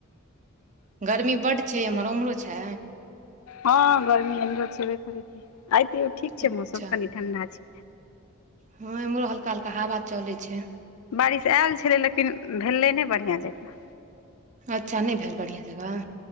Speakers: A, on the right; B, on the left.
A: गर्मी बड्ड छै एमहर, ओमहरो छै?
B: हाँ गर्मी एमहरो छेबे करै कि आइ तैयो ठीक
A: अच्छा
B: छै मौसम कनि ठंडा छै।
A: हाँ एमहरो हल्का हल्का हवा चलै छै।
B: बारिश ए ल छलै लेकिन भेलै नै बढ़ियाँ जकाँ।
A: अच्छा नै भैल बढ़ियाँ जकाँ।